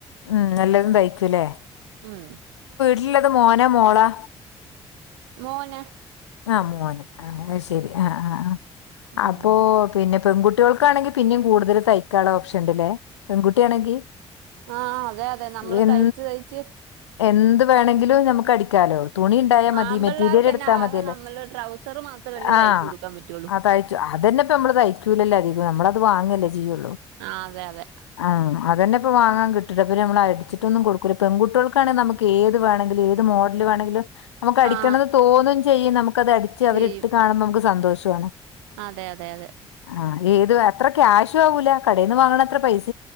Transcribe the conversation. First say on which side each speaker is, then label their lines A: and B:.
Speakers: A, on the left (about 80°); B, on the right (about 70°).
A: ഉം എല്ലതും തയ്ക്കു ലെ
B: ഉം
A: ല്ലത് മോനാ മോളാ?
B: മോന്.
A: അ മോന് അ ശരി അ അ അ
B: ഉം
A: അപ്പൊ പിന്നെ പെൺകുട് ട്ട്യോൾക്കാണെങ്കി പിന്നിം കൂടുതൽ തയ്ക്കാള്ള ഓപ്ഷൻ ണ്ട് ലെ പെൺകുട്ട്യാണെങ്കി
B: ആ അതെ അതെ നമ്മള്
A: എൻ
B: തയ്ച്ച് തയ്ച്ച്
A: എന്ത് വേണെങ്കിലും നമക്കടിക്കാലോ തുണി ണ്ടായാ മതി
B: ആമ്പിള്ളേർക്ക്
A: മെറ്റീര്യലടുത്താ
B: തന്നെ ആകെ
A: മതിയല്ലേ.
B: നമ്മള് ട്രൗസർ മാത്രല്ലേ
A: ആ
B: തയ്ച്ചു കൊടുക്കാൻ പറ്റുള്ളൂ
A: അ തയ്ച്ചു അതന്നെപ്പമ്മള് തയ്ക്കൂലല്ലധികു നമ്മളെ വാങ്ങല്ലേ ചെയൊള്ളൂ
B: ആ അതെ അതെ
A: അ അതെന്നെ പ്പൊ വാങ്ങാകിട്ട്ലെ പ്പ നമ്മളടിച്ചിട്ടൊന്നും കൊടുക്കൂല പെൺകുട്ട്യാൾക്കാണെ നമക്ക് ഏത് വേണെങ്കിലു ഏ ത് മോടല് വേണെങ്കിലും നമക്കടിക്കണന്ന്
B: ആ
A: തോന്നും ചെയ്യും നമുക്കത് അടിച്ച്
B: ചെയ്യും
A: അവരിട്ട് കാണുമ്പോ നമുക്ക് സന്തോഷൊണ്.
B: അതെ അതെ അതെ
A: ആ ഏത് വെ ത്ര ക്യാഷ്യു ആവൂല കടേന്ന് വാങ്ങണത്ര പൈസ്